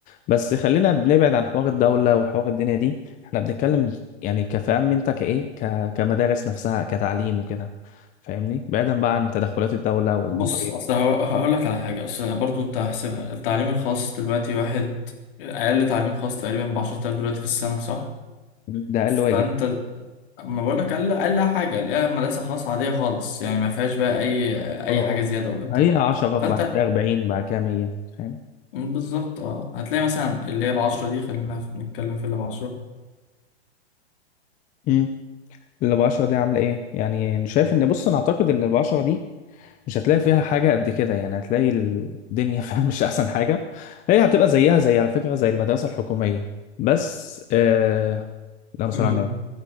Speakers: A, on the left (about 25°); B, on the left (about 55°).
A: بس خلينا بنبعد عن حوار الدوله وحوار الدنيا دي احنا بنتكلم يعني كفهم انت كايه ك... كمدارس نفسها كتعليم وكده فاهمني بعيدا بقى عن تدخلات الدوله والمصاريف
B: بص اصل هقول لك على حاجه اصل برضو انت هحسبها التعليم الخاص دلوقتي واحد اقل تعليم خاص تقريبا ب 10000 دلوقتي في السنه صح
A: ده اقل
B: فانت
A: واجب
B: ما بقول لك اقل اقل حاجه الاقيها مدرسه خاصه عاديه خالص يعني ما فيهاش بقى اي اي
A: اه اه
B: حاجه زياده ولا بتاع
A: هي 10 بعد
B: فانت
A: كده 40 بعد كده 100 فاهم
B: بالظبط اه هتلاقي مثلا اللي هي ب 10 دي خلينا في- نتكلم في اللي ب 10
A: امم اللي ب 10 دي عامله ايه يعني انا شايف ان بص انا اعتقد ان ب 10 دي مش هتلاقي فيها حاجة قد كده يعني هتلاقي الدنيا <laughs> فيها مش أحسن حاجة هي هتبقى زيها زي على فكرة زي المدرسة الحكومية بس آه... لا صلى
B: امم
A: على النبي